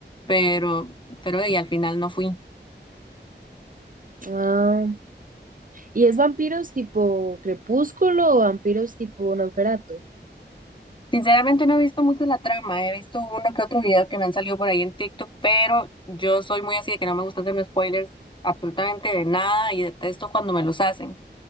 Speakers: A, on the left (about 25°); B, on the right (about 45°).
A: pero, pero y al final no fui.
B: Ah, ¿y es vampiros tipo Crepúsculo o vampiros tipo Nosferatu?
A: Sinceramente no he visto mucho la trama, he visto uno que otro video que me han salido por ahí en TikTok, pero yo soy muy así de que no me gusta hacerme spoilers absolutamente de nada y detesto cuando me los hacen.